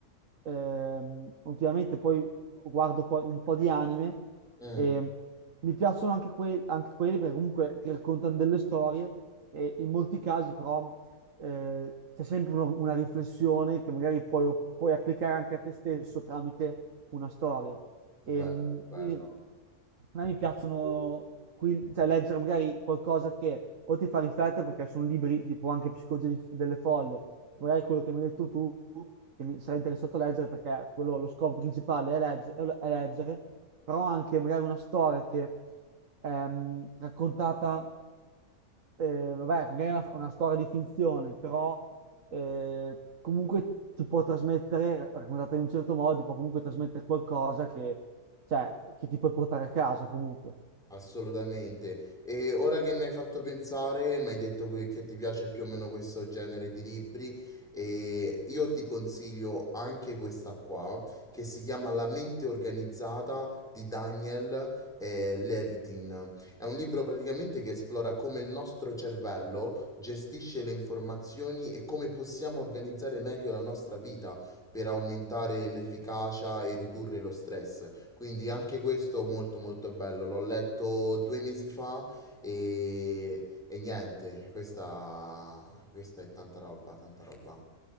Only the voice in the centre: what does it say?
mm,
Bello,
bello.
Assolutamente. E ora che mi hai fatto pensare, mi hai detto che, che ti piace più o meno questo genere di libri, e io ti consiglio anche questa qua, che si chiama La mente organizzata di Daniel eh, Levitin. È un libro praticamente che esplora come il nostro cervello gestisce le informazioni e come possiamo organizzare meglio la nostra vita per aumentare l'efficacia e ridurre lo stress. Quindi anche questo molto molto bello, l'ho letto due mesi fa e, e niente, questa, questa è tanta roba, tanta roba.